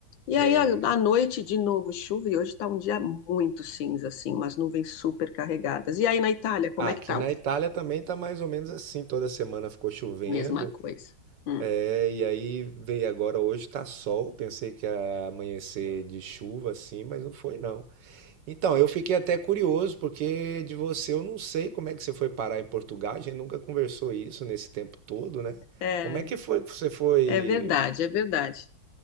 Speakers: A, on the left (about 75°); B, on the right (about 65°).
A: E
B: É.
A: aí a- à noite, de novo, chuva, e hoje está um dia muito cinza, assim, umas nuvens super carregadas. E aí na Itália, como
B: Ah,
A: é
B: aqui
A: que tá?
B: na Itália também tá mais ou menos assim. Toda semana ficou chovendo.
A: Mesma coisa. Hum.
B: É, e aí veio agora hoje tá sol. Pensei que ia amanhecer de chuva assim, mas não foi não. Então, eu fiquei até curioso, porque de você eu não sei como é que você foi parar em Portugal, a gente nunca conversou isso nesse tempo todo, né?
A: É,
B: Como é que foi que você foi
A: é verdade, é verdade.